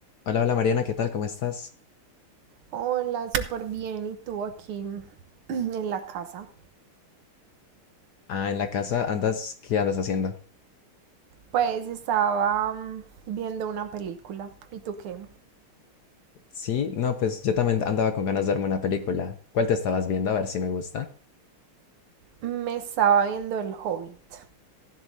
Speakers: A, on the left; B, on the right.
A: Hola, hola Mariana, ¿qué tal? ¿Cómo estás?
B: Hola, súper bien. ¿Y tú aquí <clears throat> en la casa?
A: Ah, en la casa andas, ¿qué andas haciendo?
B: Pues estaba mm, viendo una película. ¿Y tú qué?
A: Sí, no, pues yo también andaba con ganas de verme una película. ¿Cuál te estabas viendo? A ver si me gusta.
B: Me estaba viendo El Hobbit.